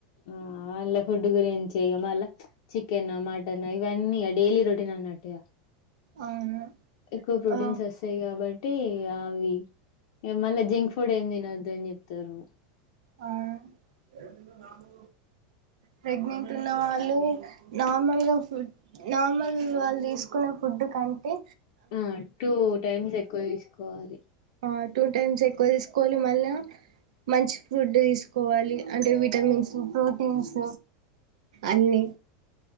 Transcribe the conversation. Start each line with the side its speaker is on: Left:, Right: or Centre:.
Left: అ ఆల్ల ఫుడ్ గురి చేయగ మళ్ళ చికెను మటను ఇవన్నీ డైలీ రొటీన్ అన్నట్టుగా
Right: అవును
Left: ఎక్కువ ప్రోటీన్స్
Right: ఆ
Left: వస్తయి కాబట్ టి ఆవి మళ్ళా జంక్ ఫుడ్ ఏమ్ తినద్దు అని చెప్తారు
Right: ఆ ఏ నాలు ప్రెగ్నెంట్ ఉన్నవాళ్ళు నార్మల్గా ఫుడ్ నార్మల్ వాళ్ళు తీసుకునే ఫుడ్ కంటే
Left: ఆ టూ టైమ్స్ ఎక్కువ తీసుకోవాలి
Right: ఆ టూ టైమ్స్ ఎక్కువ తీసుకోవాలి మళ్ళ మంచ్ ఫుడ్ తీసుకోవాలి అంటే విటమిన్స్ ప్రోటీన్స్ అన్ని